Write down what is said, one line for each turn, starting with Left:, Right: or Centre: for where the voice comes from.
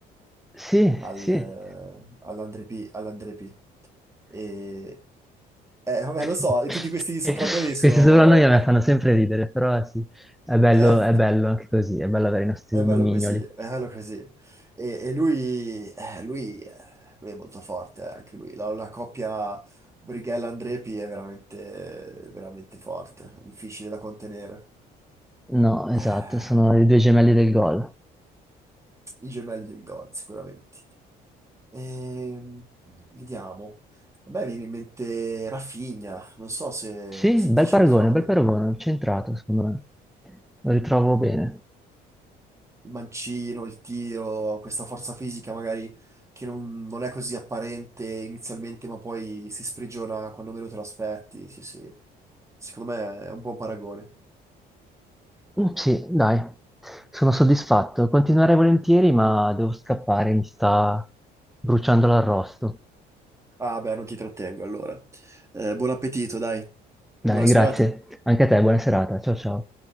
Centre: Sì,
Right: al,
Centre: sì.
Right: all'Andre P, all'Andre P. E, eh, vabbè,
Centre: <laughs>
Right: lo so, tutti questi soprannomi
Centre: Questi
Right: sono...
Centre: soprannomi a me fanno sempre ridere, però sì, è bello,
Right: eh,
Centre: è bello anche così, è bello avere i nostri
Right: È bello
Centre: nomignoli.
Right: così, è bello così. E, e lui, eh, lui, eh, lui è molto forte, eh, anche lui. La, la coppia Brighella-Andrepi è veramente, veramente forte, difficile da contenere.
Centre: No, esatto,
Right: Eh,
Centre: sono i due gemelli del gol.
Right: I gemelli del gol, sicuramente. Ehm, vediamo. A me viene in mente Rafinha, non so se,
Centre: Sì,
Right: se
Centre: bel
Right: ti ci
Centre: paragone,
Right: ritrovi.
Centre: bel paragone, centrato, secondo me. Lo ritrovo bene.
Right: il mancino, il tiro, questa forza fisica magari che non, non è così apparente inizialmente, ma poi si sprigiona quando meno te lo aspetti. Sì, sì. Secondo me è un buon paragone.
Centre: Mm, Sì, dai, sono soddisfatto. Continuerei volentieri, ma devo scappare, mi sta bruciando l'arrosto.
Right: Ah, beh, non ti trattengo allora. Eh, buon appetito, dai, e
Centre: Dai,
Right: buona serata.
Centre: grazie. Anche a te, buona serata. Ciao ciao.